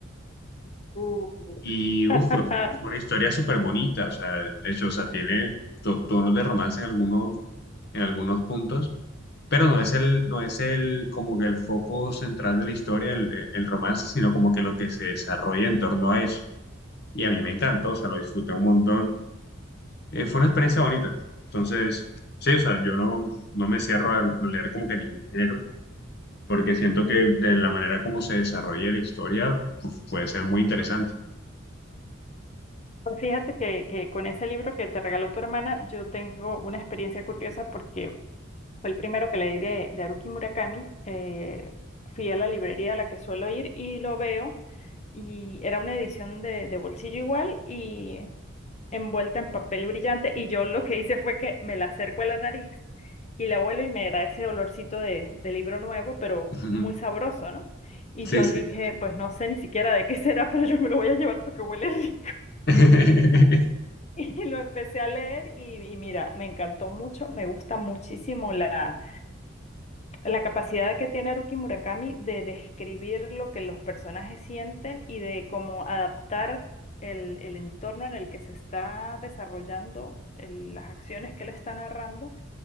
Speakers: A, on the left; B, on the left.
A: Uh.
B: Y uf,
A: <laughs>
B: fue, fue una historia súper bonita, o sea, de hecho, o sea, tiene to- tonos de romance en algunos, en algunos puntos, pero no es el, no es el, como que el foco central de la historia, el, el romance, sino como que lo que se desarrolla en torno a eso. Y a mí me encantó, o sea, lo disfruté un montón. Eh, fue una experiencia bonita. Entonces, sí, o sea, yo no, no me cierro a leer como que ningún género, porque siento que de la manera como se desarrolla la historia, uf, puede ser muy interesante.
A: Pues fíjate que, que con ese libro que te regaló tu hermana, yo tengo una experiencia curiosa porque fue el primero que leí de, de Haruki Murakami. eh, fui a la librería a la que suelo ir y lo veo y era una edición de, de bolsillo igual y envuelta en papel brillante y yo lo que hice fue que me la acerco a la nariz y la huelo y me da ese olorcito de, de libro nuevo, pero
B: <laughs>
A: muy sabroso, ¿no? Y
B: Sí,
A: yo
B: sí.
A: dije, pues no sé ni siquiera de qué será, pero yo me lo voy a llevar porque huele rico.
B: <laughs>
A: <laughs> Y lo empecé a leer y, y mira, me encantó mucho, me gusta muchísimo la, la capacidad que tiene Haruki Murakami de describir lo que los personajes sienten y de cómo adaptar el, el entorno en el que se está desarrollando el- las acciones que él está narrando